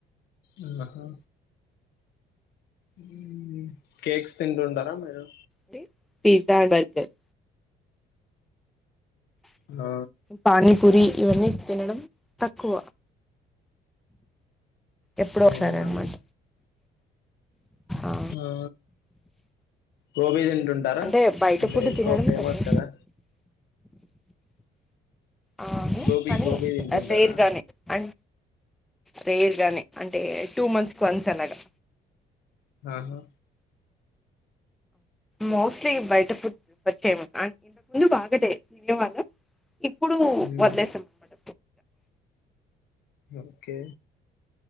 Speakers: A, on the left; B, in the centre.
A: ఉంద హా హ్మ్ కేక్స్ తింటుంటారా మీరు
B: టి పిజ్జా బర్గర్
A: నా
B: పనీపూరి ఇవన్నీ తినడం తక్కువ ఎప్పుడొసారి
A: అవునండి
B: అనమాట ఆ
A: ఆ గోబీ తింటు ఉంటారా
B: అంటే బయట
A: అంటే
B: ఫుడ్
A: ఎక్కువ
B: తినడం
A: ఫేమస్
B: తక్కువ
A: కదా
B: అవును
A: గోబీ
B: కానీ
A: గోబీ తింటుంటారా
B: రేర్ గానే అం రేర్ గానే అంటే టూ మంత్స్ కి వన్స్ అలాగా
A: ఆహా
B: మోస్ట్లీ బయట ఫుడ్ ప్రిఫర్ చెయ్యం అన్ అందుకు ఆగదే <unintelligible> ఇప్పుడు
A: ఉమ్
B: వదిలేసాం మట
A: ఓకే